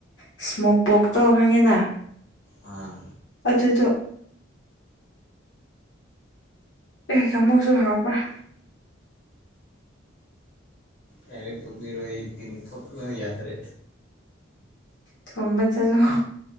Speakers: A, on the left; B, on the left.
A: ꯏꯁꯃꯣꯛ ꯄꯣꯛ ꯇꯣ ꯈꯪꯉꯤꯅ
B: ꯑ
A: ꯑꯗꯨꯗ ꯑꯦꯌꯥꯃꯨꯁꯨ ꯍꯥꯎꯄꯔ
B: ꯌꯥꯔꯦ ꯇꯣꯄꯤꯔꯣ ꯑꯩ ꯇꯤꯟ ꯊꯣꯛꯄꯅꯣ ꯌꯥꯗ꯭ꯔꯦ
A: ꯊꯣꯡꯕ ꯆꯂꯣ